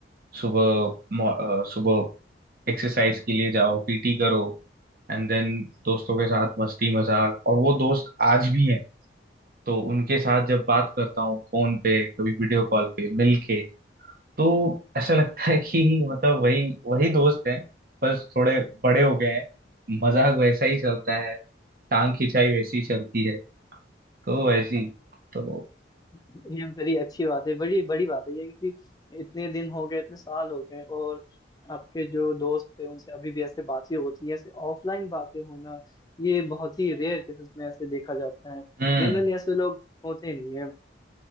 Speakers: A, on the right; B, on the left.
A: सुबह मॉ- अ, सुबह एक्सरसाइज के लिए जाओ पीटी करो एंड देन दोस्तों के साथ मस्ती मजाक और वो दोस्त आज भी हैं तो उनके साथ जब बात करता हूँ फोन पे कभी वीडियो कॉल पे मिल के तो ऐसा लगता है कि मतलब वही वही दोस्त हैं बस थोड़े बड़े हो गए हैं मजाक वैसा ही चलता है टांग खिंचाई वैसी चलती है तो वैसी तो
B: ये बड़ी अच्छी बात है बड़ी बड़ी बात है ये क्योंकि इतने दिन हो गए इतने साल हो गए और आपके जो दोस्त थे उनसे अभी भी ऐसे बातें होती हैं ऐसे ऑफलाइन बातें होना ये बहुत ही रेयर केसेस में ऐसे देखा जाता है
A: हम्म
B: जनरली ऐसे लोग होते नहीं है